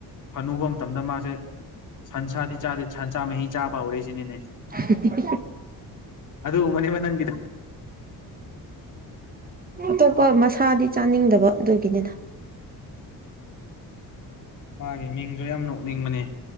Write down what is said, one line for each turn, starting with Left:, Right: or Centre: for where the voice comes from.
Left: ꯐꯅꯨꯕ ꯃꯇꯝꯗ ꯃꯥꯁꯦ ꯁꯟꯁꯥꯗꯤ ꯆꯥꯗꯦ ꯁꯟꯁꯥ ꯃꯍꯤ ꯆꯥꯕ ꯍꯧꯔꯛꯏꯁꯤꯅꯤꯅꯦ
Right: <unintelligible> <inaudible>
Left: ꯑꯗꯨꯗ ꯃꯅꯦ ꯃꯅꯪ
Right: ꯇ <unintelligible> <inaudible> ꯁꯥꯗꯤ ꯆꯥꯅꯤꯡꯗꯕ ꯑꯗꯨꯒꯤꯅꯤꯅ
Left: ꯃꯥꯒꯤ ꯃꯤꯡꯁꯨ ꯌꯥꯝ ꯅꯣꯛꯅꯤꯡꯕꯅꯦ